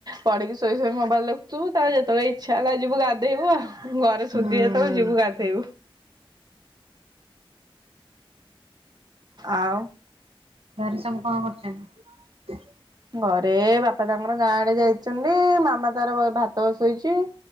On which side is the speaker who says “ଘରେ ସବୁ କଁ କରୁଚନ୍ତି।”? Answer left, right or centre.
Right